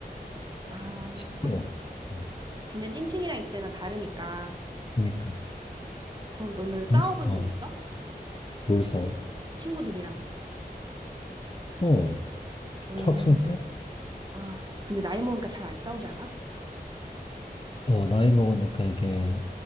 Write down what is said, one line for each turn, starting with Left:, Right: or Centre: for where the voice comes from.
Right: 아,
Left: 시끄러워.
Right: 하긴.
Left: 어,
Right: 진짜 찐친이랑 있을 때는 다르니까.
Left: 그러니까,
Right: 그럼 너는 싸워본
Left: 음, 어,
Right: 적 있어?
Left: 뭘 싸워?
Right: 친구들이랑.
Left: 어,
Right: 음.
Left: 학생 때?
Right: 아, 근데 나이 먹으니까 잘 안 싸우지 않아?
Left: 어, 나이 먹으니까 이게